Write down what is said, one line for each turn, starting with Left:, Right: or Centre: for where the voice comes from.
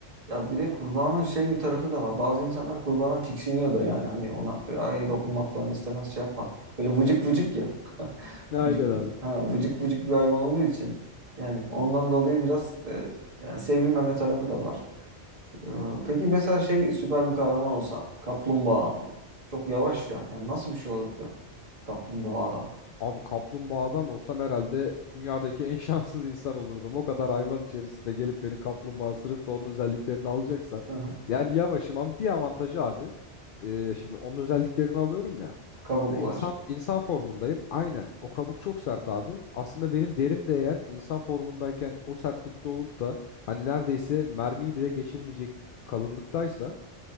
Right: Ya bir de kurbanın şey bir tarafı da var. Bazı insanlar kurbandan tiksiniyor da yani. Hani ona böyle ay dokunmak falan istemez şey yapmaz. Böyle vıcık vıcık ya. <laughs>
Left: Ne Aynen
Right: Vıcık,
Left: abi.
Right: ha, vıcık vıcık bir hayvan olduğu için. Yani ondan dolayı biraz e, yani sevilmeme tarafı da var. E, peki mesela şey süper bir kahraman olsa. Kaplumbağa. Çok yavaş ya. Yani nasıl bir şey olur ya? Kaplumbağa adam.
Left: Abi kaplumbağa adam olsam herhalde dünyadaki en <laughs> şanssız insan olurdum. O kadar hayvan içerisinde gelip beni kaplumbağa ısırıp da onun özelliklerini alacaksam.
Right: <laughs>
Left: Yani yavaşım ama bir avantajı abi. e, şimdi onun özelliklerini alıyorum ya.
Right: Kabuk
Left: E, İnsan
Right: var.
Left: insan formundayım. Aynen. O kabuk çok sert abi. Aslında benim derim de eğer insan formundayken o sertlikte olup da hani neredeyse mermiyi bile geçirmeyecek kalınlıktaysa